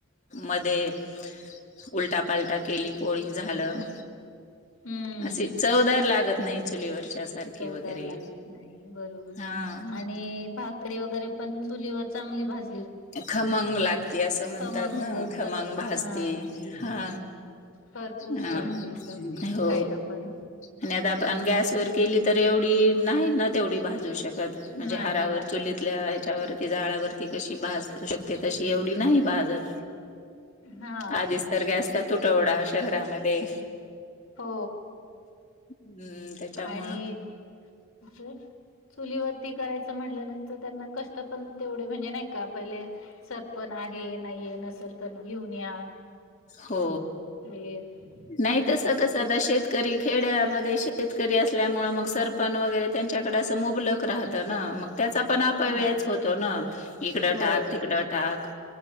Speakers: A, on the left; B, on the left.
A: मध्ये उलटा पालटा केली पोळी झालं,
B: हम्म
A: अशी चवदार लागत नाही चुलीवरच्या सारखी
B: चवदार
A: वगैरे
B: बरोबर.
A: हा
B: आणि भाकरी वगैरे पण चुलीवर चांगली भाज
A: खमंग लागते असं म्हणतात
B: खमंग
A: ना, खमंग
B: खरपूस
A: भाजते
B: हा
A: हा.
B: खरपूस
A: ह
B: लागते एकदम ती
A: हो
B: खायला पण
A: आणी आता अन् गॅस वर केली तर एवढी, नाही ना तेवढी भाजू शकत. म्हणजे
B: नाही
A: आहारावर,
B: लागल
A: चुलीतल्या ह्याच्यावरती जाळावरती कशी भाजू शकते तशी एवढी नाही भाजत.
B: हा
A: आधीच तर गॅसचा तुटवडा शहरामध्ये
B: हो
A: हम्म त्याच्यामुळं
B: आणी चुलीवरती करायचं म्हणल्यानंतर त्यांना कष्ट पण तेवढे म्हणजे नाही का पहिले सरपण आहे नाहीये, नसेल तर घेऊन या.
A: हो
B: हे
A: नाही तस
B: का
A: कस
B: मग ते
A: आता शेतकरी खेड्यामध्ये शेतकरी असल्यामुळे मग सरपण वगैरे त्यांच्याकडे असं मुबलक राहत ना मग त्याचा पण अपव्ययच
B: हा
A: होतो ना, इकडं
B: बरोबर
A: टाक तिकडं टाक.